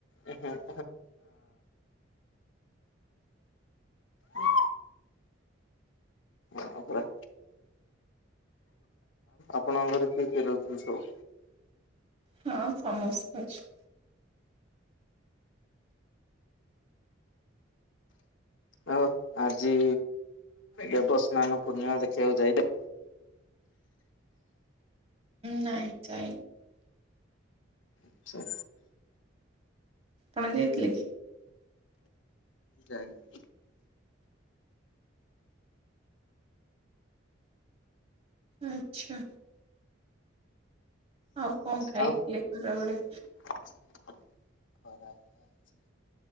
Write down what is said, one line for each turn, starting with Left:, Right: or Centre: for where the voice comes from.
Left: ଆ ହଁ। ହୁଁ ଆହ ଆଉ ଆପଣଙ୍କ ଘରେ କିଏ କିଏ ରହୁଚନ୍ତି ସବୁ?
Right: ହଁ ସମସ୍ତେ ଅଛୁ।
Left: ଆଉ ଆଜି ଦେବସ୍ନାନ ପୂର୍ଣ୍ଣିମା ଦେଖିବାକୁ ଯାଇତେ
Right: ନାଇଁ ଯାଇ
Left: ଆଛା।
Right: ତମେ ଯାଇଥିଲ କି?
Left: ଯାଇନି।
Right: ଆଛା। ଆଉ କଁ ଖାଇଥିଲେ
Left: ଆଉ
Right: ଖରାବେଳେ?
Left: ଖରାବେଳେ ଆଜି